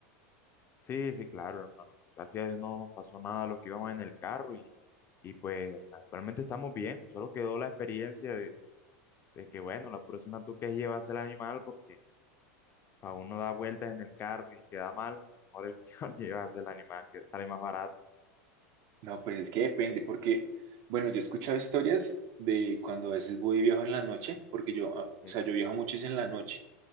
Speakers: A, on the left; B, on the right.
A: Sí, sí, claro, hermano. Gracias a Dios no nos pasó nada a los que íbamos en el carro y, y pues actualmente estamos bien. Solo quedó la experiencia de, de que bueno, la próxima tú que llevas el animal porque a uno da vueltas en el carro y queda mal, mejor es peor <laughs> llevarse el animal, que sale más barato.
B: No, pues es que depende, porque, bueno, yo he escuchado historias de cuando a veces voy y viajo en la noche, porque yo, ah, o
A: ¿Sí?
B: sea, yo viajo mucho es en la noche,